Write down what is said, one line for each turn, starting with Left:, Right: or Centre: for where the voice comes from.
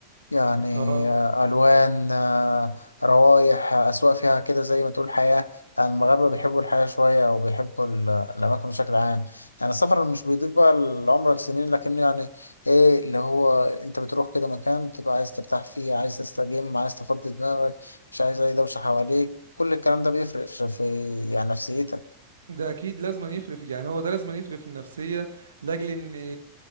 Left: يعني
Right: اه
Left: آه، ألوان آه، روائح آه، أذواق فيها كده زي ما تقول حياة يعني المغاربة بيحبوا الحياة شوية أو بيحبوا ال- الأماكن بشكل عام يعني السفر مش بيضيف بقى لعمرك سنين لكنه يعني إيه اللي هو أنت بتروح كده مكان تبقى عايز ترتاح فيه عايز تستجم عايز تفضي دماغك مش عايز أي دوشة حواليك كل الكلام ده بيفرق في في- يعني نفسيتك
Right: ده اكيد لازم يفرق في- يعني هو ده لازم يفرق في النفسيه لاجل ان